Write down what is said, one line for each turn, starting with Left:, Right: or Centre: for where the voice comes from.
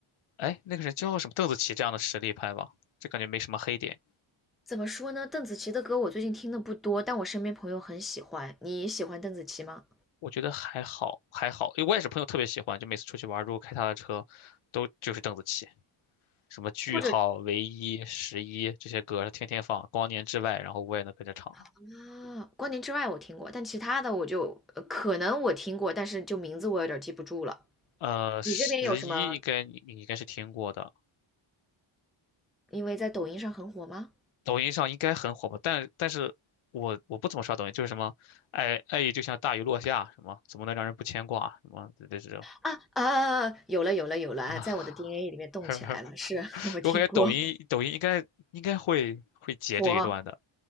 Left: 哎，那个人叫什么邓紫棋这样的实力派吧，这感觉没什么黑点。
Centre: 怎么说呢？邓紫棋的歌我最近听的不多，但我身边朋友很喜欢。你喜欢邓紫棋吗？
Left: 我觉得还好，还好，因为我也是朋友特别喜欢，就每次出去玩儿如果开他的车，都就是邓紫棋。什么句号、
Centre: 或者
Left: 唯一、十一这些歌，他天天放，光年之外，然后我也能跟着唱。
Centre: 啊，《光年之外》我听过，但其他的我就呃可能我听过，但是就名字我有点记不住了。
Left: 呃，十一应该你你应该是听过的，
Centre: 你这边有什么？因为在抖音上很火吗？
Left: 抖音上应该很火吧？但但是我我不怎么刷抖音，就是什么爱爱意就像大雨落下，什么怎么能让人不牵挂，什么这这种
Centre: 啊啊，啊有了有了有了啊，
Left: 啊。
Centre: 在我的 DNA 里面动起来了。
Left: <laughs>
Centre: 是 <laughs> 我听过
Left: 我感觉抖音抖音应该应该会会截这一段的
Centre: 火，